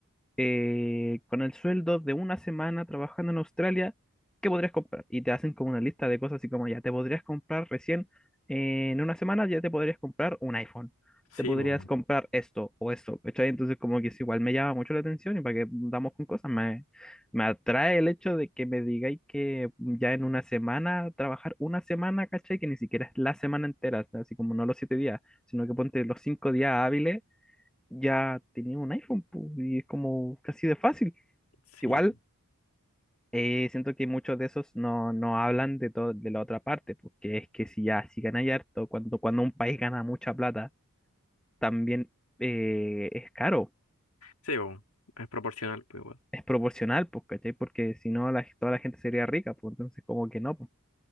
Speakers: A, in the centre; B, on the left.
A: eh, con el sueldo de una semana trabajando en Australia, ¿qué podrías comprar? Y te hacen como una lista de cosas así como ya te podrías comprar recién eh, en una semana, ya te podrías comprar un iPhone, te
B: Sí,
A: podrías
B: po.
A: comprar esto o esto, ¿cachai? Entonces como que es igual me llama mucho la atención y para que damos con cosas, me, me atrae el hecho de que me digáis que ya en una semana, trabajar una semana, ¿cachai? Que ni siquiera es la semana entera, así como no los siete días, sino que ponte los cinco días hábiles ya tenía un iPhone, pu, y es como casi de fácil.
B: Sí,
A: Igual, eh, siento que muchos de esos no, no hablan de todo, de la otra parte, porque es que si ya, si ganáis harto, cuando, cuando un país gana mucha plata, también eh, es caro,
B: sí, po. Es proporcional, pues igual.
A: es proporcional, pues, ¿cachai? Porque si no, la, toda la gente sería rica, pues, entonces como que no, pues.